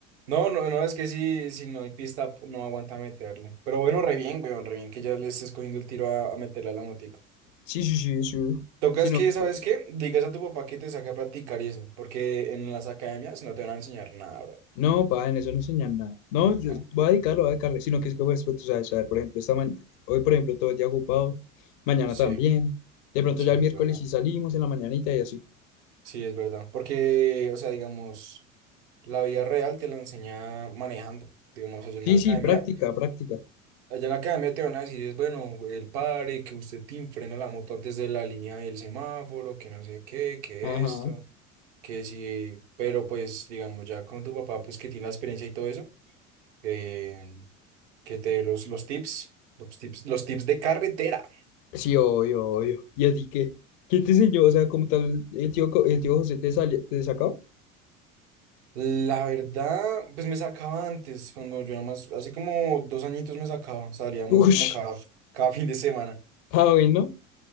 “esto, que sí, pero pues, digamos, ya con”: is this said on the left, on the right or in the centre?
Right